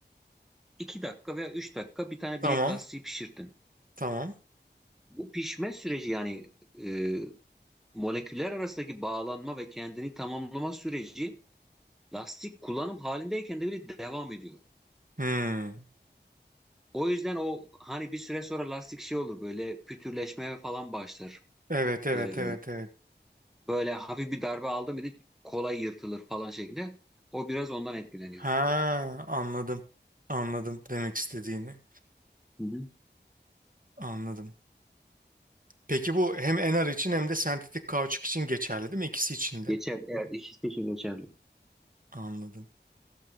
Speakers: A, in the centre; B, on the right (about 50°).
A: 2 dakika veya 3 dakika bir tane
B: Tamam.
A: binek lastiği pişirdin.
B: Tamam.
A: Bu pişme süreci yani eee, moleküller arasındaki bağlanma ve kendini tamamlama süreci lastik kullanım halindeyken de bile devam ediyor.
B: Hmm.
A: O yüzden o hani bir süre sonra lastik şey olur böyle pütürleşmeye falan başlar.
B: Evet evet
A: Eee,
B: evet evet.
A: böyle hafif bir darbe aldı mıydı kolay yırtılır falan şeklinde. O biraz ondan etkileniyor.
B: Ha anladım. Anladım demek istediğini.
A: Hı hı.
B: Anladım. Peki bu hem NR için hem de sentetik kauçuk için geçerli değil mi? İkisi için de.
A: Geçer. Evet, ikisi için geçerli.
B: Anladım.